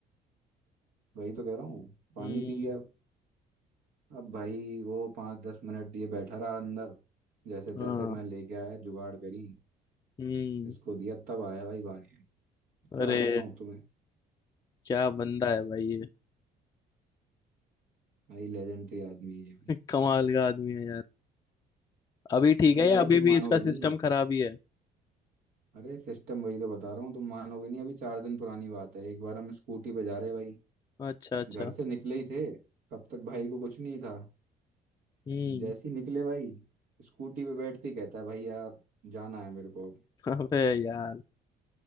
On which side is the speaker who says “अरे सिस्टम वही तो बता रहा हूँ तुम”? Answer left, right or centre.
Right